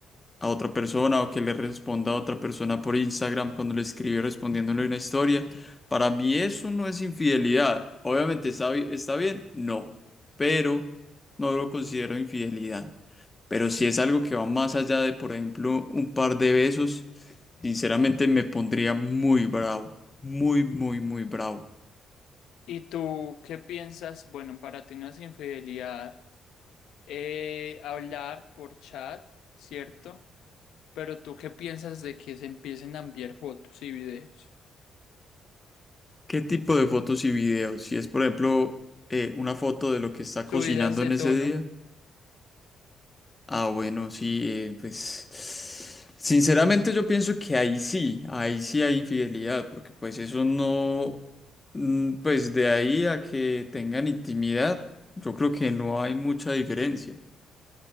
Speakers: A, on the left; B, on the left.
A: a otra persona o que le responda a otra persona por Instagram cuando le escribe respondiéndole una historia. Para mí eso no es infidelidad. Obviamente está, bi- está bien, no, pero no lo considero infidelidad. Pero si es algo que va más allá de, por ejemplo, un par de besos, sinceramente me pondría muy bravo, muy, muy, muy bravo.
B: ¿Y tú qué piensas? Bueno, para ti no es infidelidad eh, hablar por chat, ¿cierto? Pero tú qué piensas de que se empiecen a enviar fotos y videos?
A: ¿Qué tipo de fotos y videos? Si es, por ejemplo, eh, una foto de lo que está
B: Subidas
A: cocinando
B: de
A: en ese
B: tono.
A: día. Ah, bueno, sí, eh, pues sinceramente yo pienso que ahí sí, ahí sí hay infidelidad, porque pues eso no, mm, pues de ahí a que tengan intimidad, yo creo que no hay mucha diferencia.